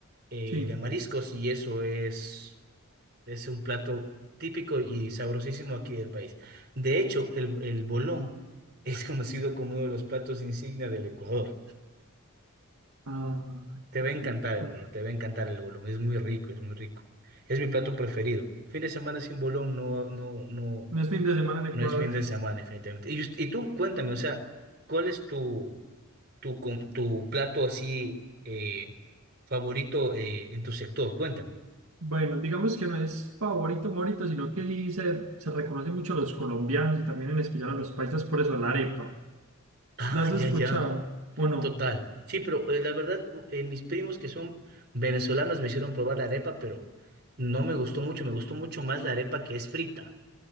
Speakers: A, on the right; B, on the right.
A: eh,
B: Sí.
A: de mariscos y eso es... Es un plato típico y sabrosísimo aquí del país. De hecho, el, el bolón es conocido como uno de los platos insignia del Ecuador.
B: Ah,
A: Te
B: qué
A: va a encantar,
B: rico.
A: hermano, te va a encantar el bolón. Es muy rico, es muy rico. Es mi plato preferido. Fin de semana sin bolón no, no, no,
B: No es fin de semana en
A: no
B: Ecuador.
A: es fin de
B: <laughs>
A: semana, definitivamente. Y, us- y tú, cuéntame, o sea, ¿cuál es tu, tu, com- tu plato así eh, favorito eh, en tu sector? Cuéntame.
B: Bueno, digamos que no es favorito, favorito, sino que sí se, se reconoce mucho a los colombianos y también en especial a los paisas por eso, la arepa.
A: Ah,
B: ¿La has
A: ya,
B: escuchado
A: ya.
B: o no?
A: Total. Sí, pero eh, la verdad, u- eh, mis primos que son venezolanos me hicieron probar la arepa, pero no me gustó mucho, me gustó mucho más la arepa que es frita.